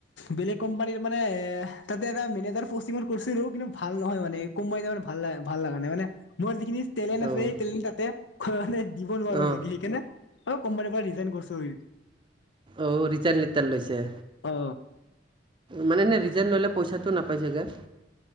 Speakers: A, on the left; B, on the right.
A: বেলেগ কোম্পানীত মানে এ তাতে এটা মেনেজাৰ পষ্টিঙত কৰিছিল ৰ কিন্তু ভাল নহয় মানে কোম্পানী ত ভাল ভাল লগা নাই মানে মোৰ যিখিনি টেলেণ্ট আছে
B: অঁ
A: সেই টেণ্ট তাতে দিব নোৱাৰো
B: অঁ
A: লি সেইকাৰণে অ কোম্পানীৰ পৰা ৰিজাইন কৰিছো
B: অ', ৰিজাইন লেতাৰ লৈছে।
A: অ
B: মানে এনে ৰিজাইন ল'লে পইচাটো নাপাইছাগে।